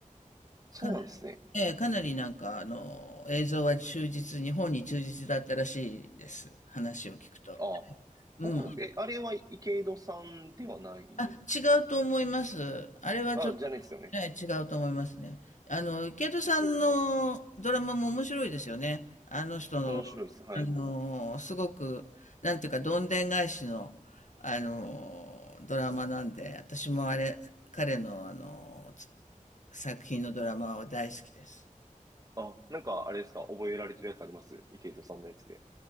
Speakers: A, on the right; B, on the left.
A: そうなんですね。
B: かなり、ええかなりなんかあの、映像は忠実に、本に忠実だったらしいです。話を聞くと。
A: あ、
B: うん。
A: そうなんです。え、あれは池井戸さんではない。
B: あ、違うと思います。あれはちょっと、
A: あ、じゃないですよね。
B: ええ違うと思いますね。あの、ケイトさんのドラマも面白いですよね。
A: うん、
B: あの人の、
A: 面白いです。はい。
B: あの、すごく、なんていうか、どんでん返しの、あの、ドラマなんで、私もあれ、彼の、あの、つ作品のドラマは大好きです。
A: あ、なんか、あれですか、覚えられてるやつあります池井戸さんのやつで。